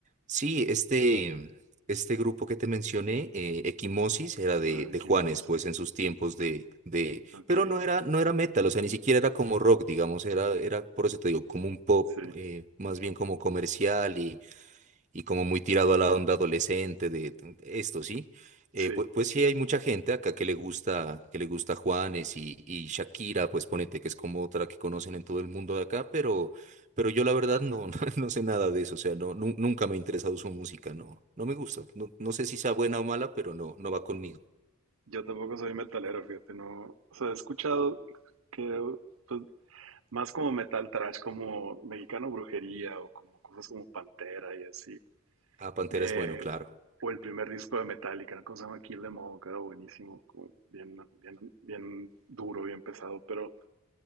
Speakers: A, on the right; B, on the right.
A: Sí, este, este grupo que te mencioné, eh, Equimosis, era de,
B: Ah,
A: de
B: qué
A: Juanes,
B: moses.
A: pues en sus tiempos de, de,
B: Ok,
A: pero no
B: ok.
A: era, no era metal, o sea, ni siquiera era como rock, digamos, era, era, por eso te digo, como un pop,
B: Sí.
A: eh, más bien como comercial y, y como muy tirado a la onda adolescente de esto, ¿sí? Eh,
B: Sí,
A: pues, pues sí hay mucha gente acá que le gusta, que le gusta Juanes y, y Shakira, pues ponete que es como otra que conocen en todo el mundo de acá, pero, pero yo la verdad no, <laughs> no, no sé nada de eso, o sea, no, nu- nunca me ha interesado su música, no, no me gusta, no, no sé si sea buena o mala, pero no, no va conmigo.
B: yo tampoco soy metalero, fíjate, no, o sea, he escuchado que pues, más como metal trash, como Mexicano Brujería o como cosas como Pantera y así.
A: Ah, Pantera
B: Eh,
A: es bueno, claro.
B: o el primer disco de Metallica, ¿no? ¿cómo se llama? Kill Them All, que era buenísimo, como bien, bien, bien duro, bien pesado, pero